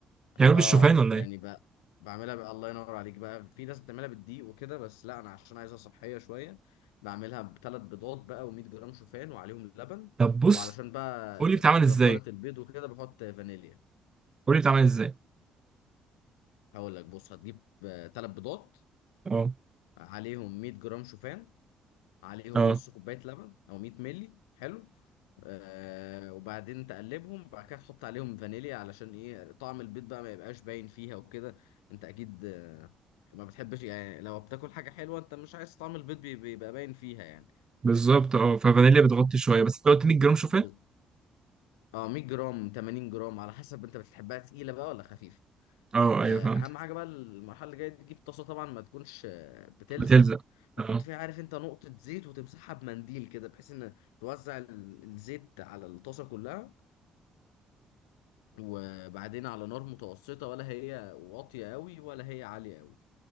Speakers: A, on the right; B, on the left.
A: بتعمله
B: اه
A: بالشوفان ولا
B: يعني
A: ايه؟
B: بقى بعملها بقى الله ينور عليك بقى في ناس بتعملها بالدقيق وكده بس لا انا عشان عايزها صحيه شويه بعملها بثلاث بيضات بقى و100 جرام شوفان وعليهم لبن
A: طب بص
B: وعلشان بقى
A: قولي بتعمل
B: زفاره
A: ازاي
B: البيض وكده بحط فانيليا
A: قولي بتعمل ازاي
B: هقول لك بص هتجيب ثلاث بيضات
A: اه
B: عليهم 100 جرام شوفان عليهم
A: اه
B: نص كوباية لبن أو 100 مللي حلو آه وبعدين تقلبهم بعد كده تحط عليهم فانيليا علشان ايه طعم البيض بقى ما يبقاش باين فيها وكده انت اكيد آه ما بتحبش يعني لو بتاكل حاجة حلوة انت مش عايز طعم البيض بي- بيبقى باين فيها يعني
A: بالظبط اه ففانيليا بتغطي شوية بس انت قلت 100 جرام شوفان
B: ب- اه 100 جرام 80 جرام على حسب انت بتحبها تقيلة بقى ولا خفيفة
A: اه
B: آه،
A: ايوه فهمت
B: اهم حاجه بقى المرحله اللي جايه دي، تجيب طاسه طبعا ما تكونش آه، بتلزق
A: بتلزق
B: وتحط
A: اه
B: فيها عارف انت نقطه زيت وتمسحها بمنديل كده بحيث ان توزع ال- الزيت على الطاسه كلها وبعدين على نار متوسطه ولا هي واطيه قوي ولا هي عاليه قوي